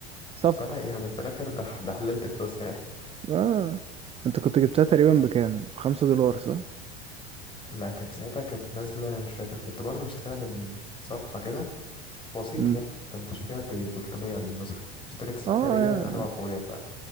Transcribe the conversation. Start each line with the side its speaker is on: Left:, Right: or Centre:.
Right: صفقة
Left: فلا يعني في الاخر ده ده حللت فلوسها يعني
Right: اه انت كنت جبتها تقريبا بكام؟ بخمسة دولار صح؟
Left: لا كانت ساعتها كانت نازله مش فاكر كنت برضه مشتريها من صفحه كده وسيط
Right: امم
Left: يعني كنت شاريها ب 300 للنسخه اشتريت ساعتها
Right: اه
Left: هي
Right: يعني
Left: انا واخويا